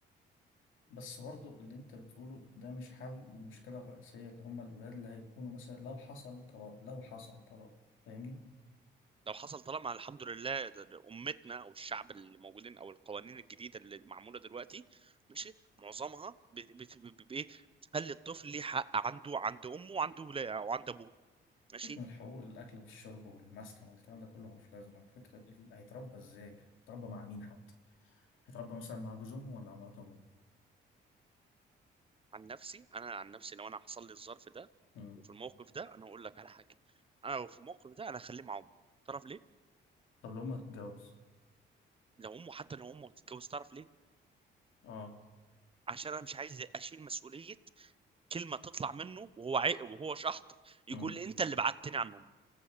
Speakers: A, on the left; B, on the right.
A: بس برضو اللي انت بتقوله ده مش حل للمشكلة الرئيسية اللي هم الولاد اللي هيكونوا مثلا لو حصل طلاق لو حصل طلاق فاهمني؟
B: لو حصل طالما الحمد لله ده- ده امتنا او الشعب اللي موجودين او القوانين الجديده اللي معموله دلوقتي ماشي معظمها بت- بت- ب- ب- بايه بتخلي الطفل ليه حق عنده عند امه وعند ولا وعند ابوه ماشي
A: تكمل الحقوق الأكل والشرب والمسكن والكلام ده كله ملوش لازمة الفكرة اللي هيتربى ازاي؟ هيتربى مع مين حتى؟ هيتربى مثلا مع جوز أمه ولا مع مرات أبوه؟
B: عن نفسي انا عن نفسي لو انا حصل لي الظرف ده
A: مم.
B: وفي الموقف ده انا هقول لك على حاجه انا لو في الموقف ده انا هخليه مع امه تعرف ليه
A: طب لو أمه هتتجوز؟
B: لو امه حتى لو امه هتتجوز تعرف ليه؟
A: اه
B: عشان انا مش عايز اشيل مسؤوليه كلمه تطلع منه وهو عيق وهو شحط يقول
A: مم.
B: لي انت اللي بعدتني عن امي